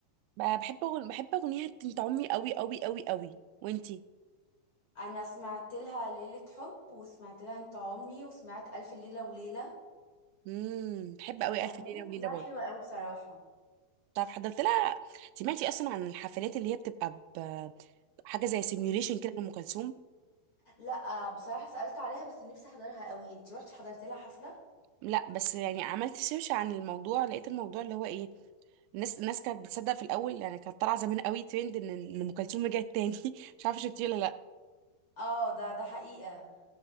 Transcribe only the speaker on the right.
ب- بحب أغن... بحب اغنيه انت عمي قوي قوي قوي قوي وانتي
امم بحب قوي
الف ليله
وليله برضو
طب حضرت لها سمعتي اصلا عن الحفلات اللي هي بتبقى ب... حاجه زي سيميوليشن كده لام كلثوم
لا بس يعني عملت سيرش عن الموضوع لقيت الموضوع اللي هو ايه الناس الناس كانت بتصدق في الاول يعني كانت طالعه زمان قوي ترند ان ان ام كلثوم رجعت تاني <laughs> مش عارفه شفتيه ولا لا